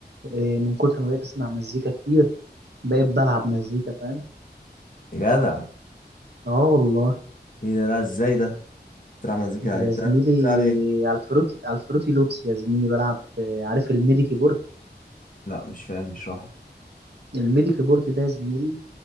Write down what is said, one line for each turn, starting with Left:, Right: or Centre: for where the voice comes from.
Right: إيه من كتر ما بقيت اسمع مزيكا كتير بقيت بلعب مزيكا فاهم
Left: يا جدع
Right: اه والله
Left: ايه ده لا ازاي ده بتلعب مزيكا
Right: ده
Left: يعني
Right: يا
Left: بتلعب
Right: زميلي
Left: بتلعب ايه
Right: على الفروتي على الفروتي لوبس يا زميلي بلعب آه، عارف الميدي كيبورد
Left: لا مش فاهم اشرح لي
Right: الميدي كيبورد ده يا زميلي